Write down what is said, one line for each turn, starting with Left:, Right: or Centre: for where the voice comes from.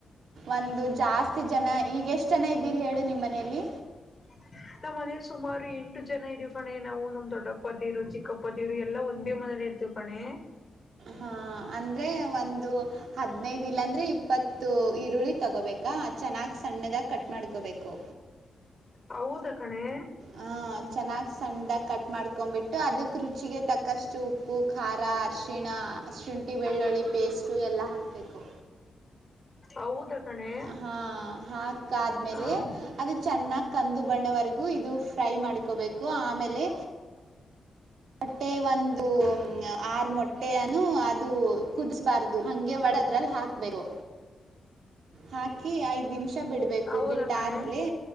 Right: ಒಂದು ಜಾಸ್ತಿ ಜನ ಈಗ ಎಷ್ಟ್ ಜನ ಇದ್ದೀರಿ ಹೇಳು ನಿಮ್ ಮನೇಲಿ.
Left: ಹ. ನಮ್ಮನೇಲಿ ಸುಮಾರು ಎಂಟು ಜನ ಇದೀವಿ ಕಣೆ ನಾವು ನಮ್ ದೊಡ್ಡಪ್ಪದೀವರು ಚಿಕ್ಕಪ್ಪದಿವರು ಎಲ್ಲಾ ಒಂದೇ ಮನೇಲಿ ಇರ್ೀವಿ ಕಣೆ
Right: ಹಾ ಅಂದ್ರೆ ಒಂದು ಹದ್ನೈದ ಇಲ್ಲಾ ಅಂದ್ರೆ ಇಪ್ಪತ್ತು ಈರುಳ್ಳಿ ತಗೋಬೇಕು ಈಗ ಚೆನ್ನಾಗಿ ಸಣ್ಣದಾಗ ಕಟ್ ಮಾಡ್ಕೋಬೇಕು
Left: ಹೌದ ಕಣೆ
Right: ಹ ಚೆನ್ನಾಗ್ ಸಣ್ಣದಾಗ ಕಟ್ ಮಾಡ್ಕೊ್ಬಿಟ್ಟು ಅದಕ್ ರುಚಿಗೆ ತಕ್ಕಷ್ಟು ಉ ಉಪ್ಪು ಖಾರ ಅರಿಶಿಣ ಶುಂಠಿ ಬೆಳ್ಳುಳ್ಳಿ ಪೇಸ್ಟು ಎಲ್ಲ ಹಾಕಬೇಕು
Left: ಹೌದ ಕಣೆ
Right: ಹಾ ಹಾಕ ಆದ್ಮೇಲೆ
Left: ಹ್ಮ
Right: ಅದು ಚೆನ್ನಾಗಿ ಕಂದು ಬಣ್ಣವರೆಗೂ ಇದು ಫ್ರೈ ಮಾಡ್ಕೋಬೇಕು ಆಮೇಲೆ ಮೊಟ್ಟೆ ಒಂದು ಆರು ಮೊಟ್ಟೆ ಹೊಟ್ಟೆಯ ಅದು ಕುದಿಸಬಾರ್ದು ಹಗೆ ಒಡದ್ರಲ್ಲಿ ಹಾಕ್ಬೇಕು ಹಾಕಿ ಐದ್ ನಿಮಿಷ ಬಿಡ್ಬೇಕು
Left: ಹೌದ
Right: ಬಿಟ್ಟಲೆೇ
Left: ಕಣೆ